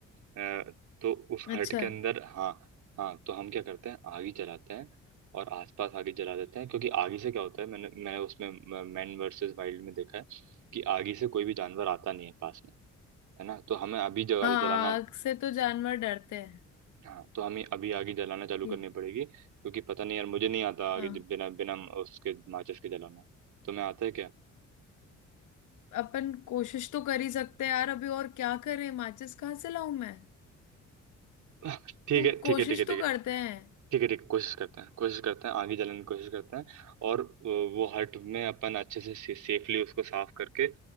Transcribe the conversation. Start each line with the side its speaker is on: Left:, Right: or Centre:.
Right: अ, तो उस हट
Left: अच्छा
Right: के अंदर हाँ हाँ तो हम क्या करते हैं आग ही जलाते हैं और आसपास आग ही जला देते हैं क्योंकि आग ही से क्या होता है मैंने मैंने उसमें मैन वर्सेस वाइल्ड में देखा है कि आग ही से कोई भी जानवर आता नहीं है पास में है ना तो हमें अभी जला
Left: हाँ
Right: जलाना
Left: आग से तो जानवर डरते हैं
Right: हाँ तो हमें अभी आगे जलाना चालू
Left: ये
Right: करनी पड़ेगी क्योंकि पता नहीं यार मुझे नहीं आता आगे
Left: हाँ
Right: जब बिना बिना उसके माचिस के जलाना तुम्हें आता है क्या
Left: अपन कोशिश तो कर ही सकते हैं यार अभी और क्या करें माचिस कहाँ से लाऊं मैं
Right: <laughs> ठीक
Left: तुम
Right: है
Left: कोशिश
Right: ठीक है ठीक है ठीक
Left: तो
Right: है
Left: करते हैं
Right: ठीक है ठीक है कोशिश करते हैं कोशिश करते हैं आगे जलाने की कोशिश करते हैं और अ, वो हट में अपन अच्छे से से, सेफली उसको साफ करके